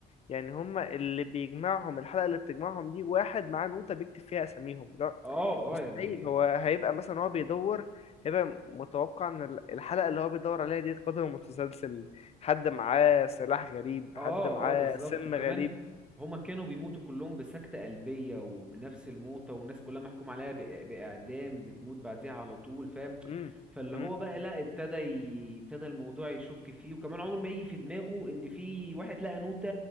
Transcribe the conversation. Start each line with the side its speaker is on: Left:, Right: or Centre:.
Left: يعني هما اللي بيجمعهم الحلقة اللي بتجمعهم دي واحد معاه نوتة بيكتب فيها أساميهم لا
Centre: اه
Left: مستحيل
Centre: اه يعني
Left: هو هيبقى مثلا هو بيدور هيبقى متوقع إن ال- الحلقة اللي هو بيدور عليها دي قدم متسلسل حد معاه سلاح غريب حد
Centre: اه
Left: معاه
Centre: اه بالظبط
Left: سم
Centre: وكمان
Left: غريب
Centre: هما كانوا بيموتوا كلهم بسكتة قلبية وبنفس الموتة والناس كلها محكوم عليها بإ- بإعدام بتموت بعديها على طول فاهم
Left: امم
Centre: فاللي
Left: امم
Centre: هو بقى لا ابتدى ي- ابتدى الموضوع يشك فيه وكمان عمره ما يجي في دماغه ان في واحد لقى نوتة